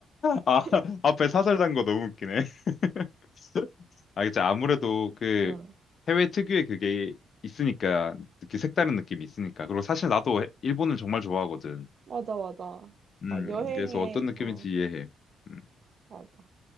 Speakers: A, on the left; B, on the right.
A: 아,
B: <laughs>
A: 앞에 사설 단거 너무 웃기네. <laughs> 아, 그치. 아무래도 그
B: 응,
A: 해외 특유의 그게 있으니까, 이렇게 색다른 느낌이 있으니까. 그리고 사실 나도 해- 일본을 정말 좋아하거든.
B: 맞아, 맞아.
A: 음,
B: 그러니까 여행에,
A: 그래서 어떤 느낌인지
B: 어,
A: 이해해. 음.
B: 맞아.